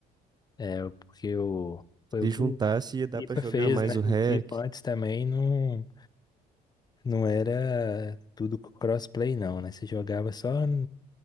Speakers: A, on the left; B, on the right.
A: É, porque o. Foi
B: Se
A: o que
B: juntasse,
A: o
B: ia dar
A: FIFA
B: pra jogar
A: fez,
B: mais
A: né?
B: o hack.
A: O FIFA antes também não. Não era tudo crossplay, não, né? Você jogava só